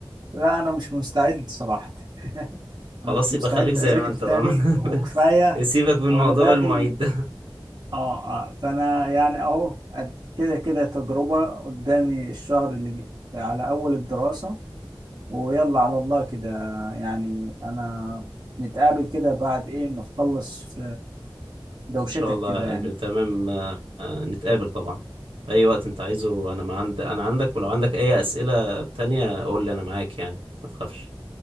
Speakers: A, on the right; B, on the right.
A: لا انا مش مستعد صراحة <laughs>
B: خلاص
A: انا مش مستعد
B: يبقى خليك زي
A: اذاكر
B: ما انت
A: تاني
B: بقى
A: وكفاية
B: <laughs> سيبك من
A: وانا
B: موضوع
A: داخل
B: المعيد ده
A: اه اه فانا يعني اهو قد- كده كده تجربة قدامي الشهر اللي ج- على اول الدراسة ويلا على الله كده يعني انا نتقابل كده بعد ايه ما تخلص
B: <laughs>
A: دوشتك
B: ان شاء الله
A: كده
B: يا
A: يعني
B: قلبي تمام آه، آه، نتقابل طبعا في اي وقت انت عايزه انا ما عند... انا عندك ولو عندك اي اسئلة تانية قول لي انا معاك يعني ما تخافش